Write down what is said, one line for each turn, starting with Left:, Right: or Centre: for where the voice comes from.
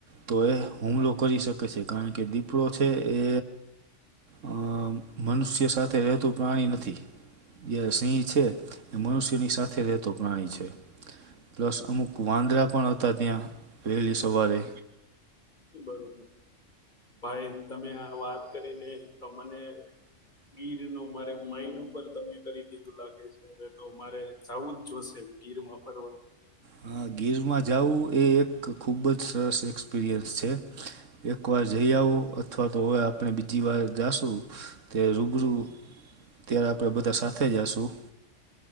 Right: તોએ હુમલો કરી શકે છે, કારણ કે દીપડો છે, એ અહ મનુષ્ય સાથે રહેતું પ્રાણી નથી જે સિંહ છે એ મનુષ્યની સાથે રહેતો પ્રાણી છે. પ્લસ અમુક વાંદરા પણ હતા ત્યાં વહેલી સવારે
Left: બરોબર ભાઈ તમે આ વાત કરીને તો મને ગીરનો મારે માઈન્ડ ઉપર તમને કરી દીધું લાગે છે. હવે તો મારે જવું જ જોશે ગીરમાં ફરવા.
Right: હા, ગીરમાં જવું એ એક ખૂબ જ સરસ એક્સપિરિયન્સ છે. એકવાર જઈઆવો અથવા તો હવે આપડે બીજી વાર જાશું તે રૂબરૂ ત્યારે આપડે બધા સાથે જાશું